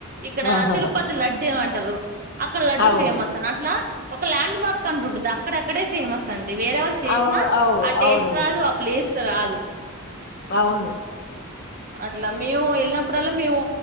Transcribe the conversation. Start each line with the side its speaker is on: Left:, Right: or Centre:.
Right: ఇక్కడ
Left: ఆహాహా!
Right: తిరుపతి లడ్డు అంటే ద్దరు <inaudible> అక్కడ లడ్డు
Left: అవును.
Right: ఫేమస్ అని అట్లా ఒక ల్యాండ్ మార్క్ అని ఉంటది అక్కడక్కడే ఫేమస్ అండి వేరే వాళ్ళు చేసినా
Left: అవు అవు
Right: ఆ టేస్ట్
Left: అవునవును.
Right: రాదు ఆ ప్లేస్ రాదు
Left: అవును
Right: అట్లా మేము వెళ్ళినప్పుడల్లా మేము